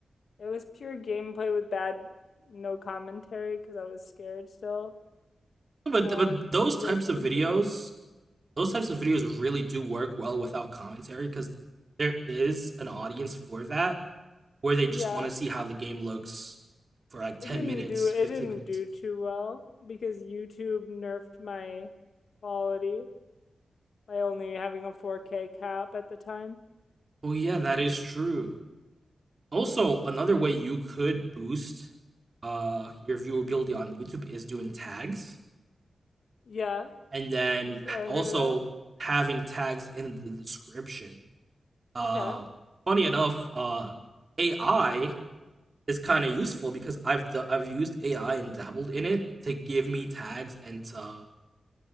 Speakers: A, on the left; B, on the right.
A: it was pure gameplay with bad, no commentary because I was scared still,
B: But
A: um,
B: but those
A: to do
B: types
A: that kind
B: of videos
A: of thing.
B: those types of videos really do work well without commentary because there is an audience for that where they
A: Yeah,
B: just want to see how the game looks for like 10
A: it didn't
B: minutes,
A: do, it
B: 15
A: didn't
B: minutes.
A: do too well because YouTube nerfed my quality by only having a 4K cap at the time.
B: Oh yeah, that is true. Also, another way you could boost uh your viewability on YouTube is doing tags
A: Yeah,
B: and then
A: I
B: also
A: heard of that.
B: having tags in the description. Uh
A: Okay.
B: funny enough, uh AI is kind of useful because I've i I've used AI and dabbled in it to give me tags and to